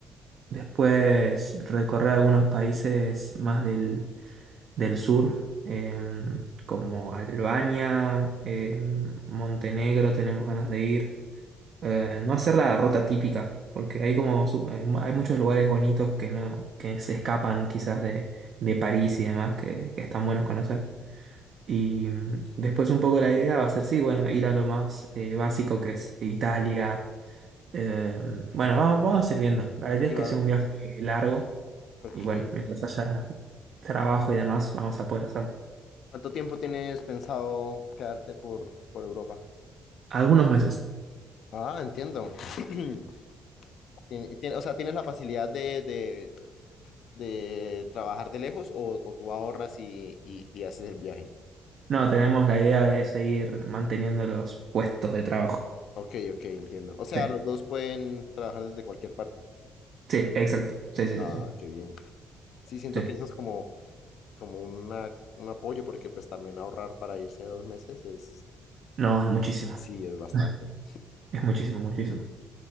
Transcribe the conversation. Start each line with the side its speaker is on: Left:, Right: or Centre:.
Right: después recorrer algunos países más del, del sur, eh, como Albania, eh, Montenegro, tenemos ganas de ir. Eh, no hacer la ruta típica, porque hay como su- hay, mu- hay muchos lugares bonitos que no, que se escapan quizás de, de París y demás, que, que están buenos conocer. Y mm, después un poco la idea va a ser, sí, bueno, ir a lo más eh, básico que es Italia. Eh, bueno, vamos, vamos a ir viendo. La idea
Left: Y
Right: es
Left: va-
Right: que sea un viaje largo
Left: ok.
Right: y bueno, mientras haya trabajo y demás, vamos a poder hacerlo.
Left: ¿Cuánto tiempo tienes pensado quedarte por, por Europa?
Right: Algunos meses.
Left: Ah, entiendo. <clears throat> Tien- tien- o sea, tienes la facilidad de, de, de trabajar de lejos o, o tú ahorras y, y, y haces el viaje.
Right: No, tenemos la idea de seguir manteniendo los puestos de trabajo.
Left: Ok, ok, entiendo. O sea,
Right: Sí,
Left: los dos pueden trabajar desde cualquier parte.
Right: sí, exacto. Sí, sí,
Left: Ah,
Right: sí, sí.
Left: qué bien. Sí, siento
Right: Sí.
Left: que eso es como, como una, un apoyo porque pues también ahorrar para irse a dos meses es,
Right: No, es muchísimo.
Left: sí, es bastante.
Right: <laughs> Es muchísimo, muchísimo.